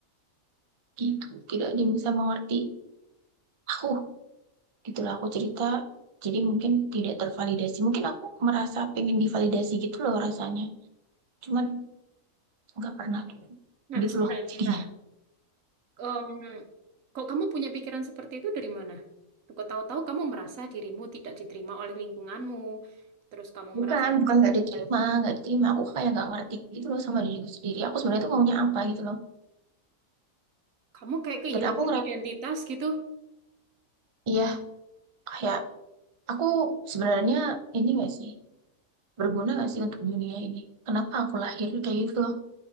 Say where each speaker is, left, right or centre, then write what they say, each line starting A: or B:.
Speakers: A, on the right (about 55°); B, on the right (about 70°).
A: gitu. Tidak ada yang bisa mengerti aku. Itulah aku cerita. Jadi mungkin tidak tervalidasi. Mungkin aku merasa pengen divalidasi gitu loh rasanya. Cuman nggak pernah
B: Nah,
A: gitu
B: sebentar,
A: loh
B: sebentar.
A: jadinya.
B: Em, kok kamu punya pikiran seperti itu dari mana? Kok tahu-tahu kamu merasa dirimu tidak diterima oleh lingkunganmu. Terus kamu
A: Bukan,
B: merasa
A: bukan nggak diterima, nggak diterima. Aku kayak nggak ngerti gitu loh sama diriku sendiri. Aku sebenarnya tuh maunya apa gitu loh.
B: kamu kayak kehilangan
A: Dan aku ngerasa,
B: identitas gitu.
A: iya, kayak aku sebenarnya ini nggak sih berguna nggak sih untuk dunia ini? Kenapa aku lahir kayak gitu loh?